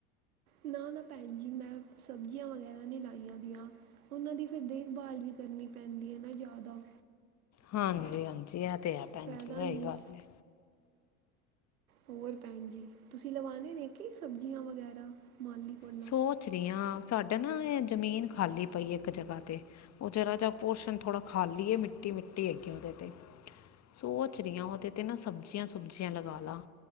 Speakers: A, on the right; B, on the left.
A: ਨਾ-ਨਾ ਭੈਣ ਜੀ ਮੈਂ ਸਬਜ਼ੀਆਂ ਵਗੈਰਾ ਨੀ ਲਾਈਆਂ ਦੀਆਂ। ਉਹਨਾਂ ਦੀ ਫਿਰ ਦੇਖਭਾਲ ਵੀ ਕਰਨੀ ਪੈਂਦੀ ਐ ਨਾ ਜੇਆਦਾ।
B: ਹਾਂਜੀ-ਹਾਂਜੀ ਏਹ ਤਾਏ ਹੈ ਭੈਣ
A: ਫਾਇਦਾ
B: ਜੀ, ਸਈ
A: ਨਹੀਂ
B: ਗੱਲ ਏ।
A: ਹੋਰ ਭੈਣ ਜੀ ਤੁਸੀਂ ਲਵਾਣੇ ਨੇ ਕਿ ਸਬਜ਼ੀਆਂ ਵਗੈਰਾ ਮਾਲੀ ਕੋਲੋਂ
B: ਸੋਚ ਰਹੀ ਆਂ, ਸਾਡਾ ਨਾ ਇਹ ਜ਼ਮੀਨ ਖਾਲੀ ਪਈ ਇੱਕ ਜਗ੍ਹਾ ਤੇ। ਉਹ ਜਰਾ ਜਿਹਾ ਪੋਰਸ਼ਣ ਥੋੜਾ ਖਾਲੀ ਏ ਮਿੱਟੀ, ਮਿੱਟੀ ਹੈਗੀ ਉਹਦੇ 'ਤੇ। ਸੋਚ ਰਹੀ ਆਂ ਉਹਦੇ ਤੇ ਨਾ ਸਬਜ਼ੀਆਂ, ਸੁਬਜ਼ੀਆਂ ਲਗਾ ਲਾ।